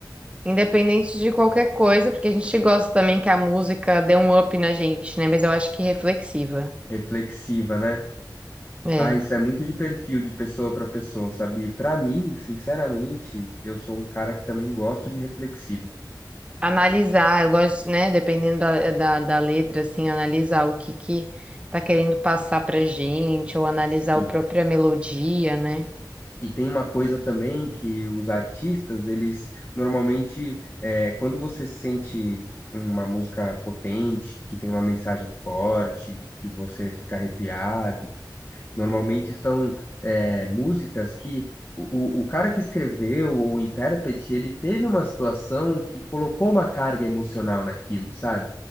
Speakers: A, on the right; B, on the left.
A: Independente de qualquer coisa, porque a gente gosta também que a música dê um up na gente, né? Mas eu acho que reflexiva.
B: Reflexiva, né?
A: É.
B: Ah, isso é muito de perfil de pessoa para pessoa, sabe? Para mim, sinceramente, eu sou um cara que também gosto de reflexivo.
A: Analisar, eu gosto, né? Dependendo da, da, da letra, assim, analisar o que que tá querendo passar pra gente, ou analisar
B: Sim.
A: a própria melodia, né?
B: E tem uma coisa também que os artistas, eles normalmente, é, quando você sente uma música potente, que tem uma mensagem forte, que você fica arrepiado, Normalmente são é, músicas que o, o o cara que escreveu, ou o intérprete, ele teve uma situação que colocou uma carga emocional naquilo, sabe?